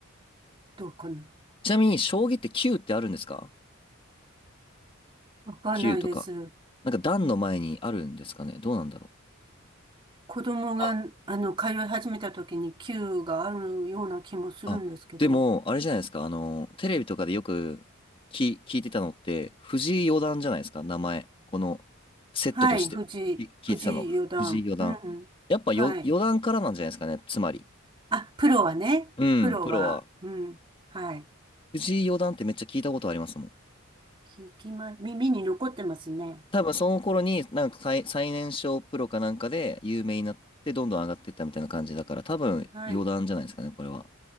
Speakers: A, on the right; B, on the left.
A: どうかな。
B: ちなみに、将棋って9ってあるんですか
A: わかんないです。
B: ?9 とか。なんか段の前にあるんですかね。どうなんだろ
A: 子供が、
B: う。あ、
A: あの、通い始めた時に9があるような気もするんですけど。
B: あ、でも、あれじゃないですか。あの、テレビとかでよく聞、聞いてたのって、藤井四段じゃないですか、名前。この、セットとして、
A: はい、藤井、
B: き聞いてたの、
A: 藤井四段。
B: ふ藤井四段。
A: うんうん。
B: やっぱよ、
A: はい。
B: 四段からなんじゃないですかね、つまり。
A: あ、プロはね。
B: うん、
A: プロは、
B: プロは。
A: うん。はい。
B: 藤井四段ってめっちゃ聞いたことありますもん。
A: 聞きま、耳に残ってますね。
B: 多分その頃に、なんか最、最年少プロかなんかで有名になって、どんどん上がっていったみたいな感じだから、多分四段じゃないですかね、
A: はい。
B: これは。行